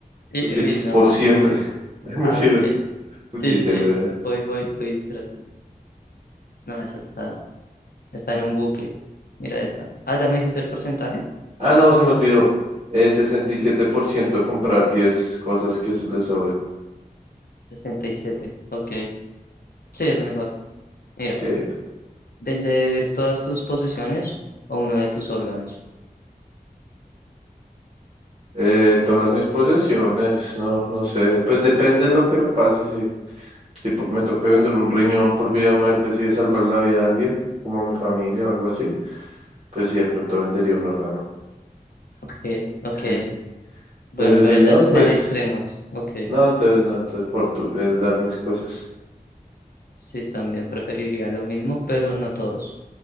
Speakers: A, on the left (about 85°); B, on the right (about 45°).
A: Y-
B: porque
A: Uy,
B: es
A: no.
B: por siempre. <laughs> Mentira,
A: Ah, ok.
B: un
A: Sí,
B: chiste,
A: sí, sí.
B: güey.
A: Voy, voy, voy. tras- No, esa está. Está en un bucle. Mira esta. Ah, ya me dijiste el porcentaje.
B: Ah, no, se me olvidó. Eh, sesenta y siete por ciento comprar 10 cosas que se le sobren.
A: sesenta y siete Ok. Sí, es mejor. Mira,
B: Sí.
A: vender todas tus posesiones o uno de tus órganos.
B: Eh, todas mis posesiones, no, no sé. Pues depende de lo que me pase. Si, si po- me toca vender un riñón por vida o muerte, así de salvar la vida de alguien, como a mi familia o algo así, pues sí, de pronto vendería un órgano.
A: Ok, ok.
B: Sí.
A: Bueno,
B: Pero
A: pero
B: si
A: ya
B: no,
A: eso
B: pues,
A: es en extremos. Ok.
B: no, entonces no, entonces por tu- eh, dar mis cosas.
A: Sí, también preferiría lo mismo, pero no todos.